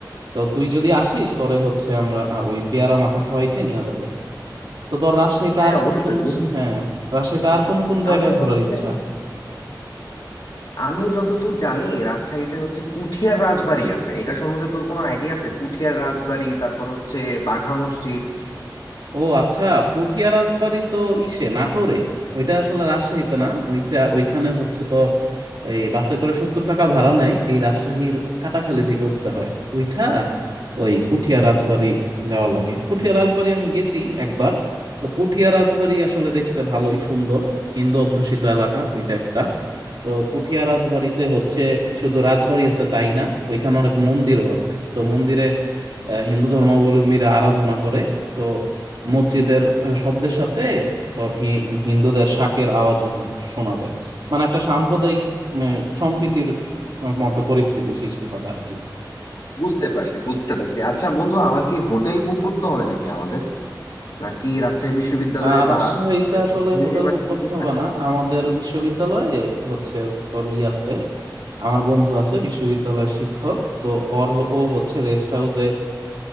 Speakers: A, on the right; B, on the left.
A: তো তুই যদি আসিস তোরে হচ্ছে আমরা আহ, ওই পেয়ারা মাখা খাওয়াইতে নিয়ে যাব তো তোর রাজশাহীতে
B: হ্যাঁ
A: আর
B: অবশ্যই
A: কোন কোন
B: বন্ধু
A: হ্যাঁ রাজশাহীতে আর কোন কোন জায়গায়
B: আমার
A: ঘোরার
B: হচ্ছে
A: ইচ্ছা
B: আমি যতদূর জানি রাজশাহীতে হচ্ছে পুঠিয়ার রাজবাড়ি আছে এটা সম্বন্ধে তোর কোনো আইডিয়া আছে পুঠিয়ার রাজবাড়ি তারপর হচ্ছে বাঘা মসজিদ
A: ও আচ্ছা পটিয়া রাজবাড়ি তো ইসে নাটোরে ওইটা আসলে রাজশাহীতে না ওইটা ওইখানে হচ্ছে তোর এই বাসে করে সত্তর টাকা ভাড়া নেয় এই রাজশাহীর কাটাখালী থেকে উঠতে হয় ওইটা ওই পুঠিয়া রাজবাড়ি যাওয়া লাগে পুঠিয়া রাজবাড়ি আমি গেছি একবার তো পুঠিয়া রাজবাড়ি আসলে দেখতে ভালোই সুন্দর হিন্দু অধ্যুষিত এলাকা ওইটা একটা তো পুঠিয়া রাজবাড়িতে হচ্ছে শুধু রাজবাড়ি আছে তাই না ওইখানে অনেক মন্দিরও আছে তো মন্দিরে আহ, হিন্দু ধর্মাবলম্বীরা আরাধনা করে তো মসজিদের আহ, শব্দের সাথে তোর হি- হিন্দুদের শাঁখের আওয়াজও হ- শোনা যায় মানে একটা সাম্প্রদায়িক আহ, সম্প্রীতির আহ, মতো পরিস্থিতি সৃষ্টি হয় আর কি
B: বুঝতে পারছি বুঝতে পারছি আচ্ছা বন্ধু আমার কি হোটেল বুক করতে হবে নাকি আমাদের নাকি রাজশাহী বিশ্ববিদ্যালয়ে
A: আর
B: বা
A: রাজশাহীতে
B: এরকম
A: আসলে
B: ফোর
A: হোটেল
B: ইউনিভার্সিটিতে
A: বুক করতে হবে
B: থাকা
A: না আমাদের বিশ্ববিদ্যালয়ে হচ্ছে তোর ই আছে আমার বন্ধু আছে বিশ্ববিদ্যালয়ের শিক্ষক তো ওর হ- ও হচ্ছে রেস্ট হাউসে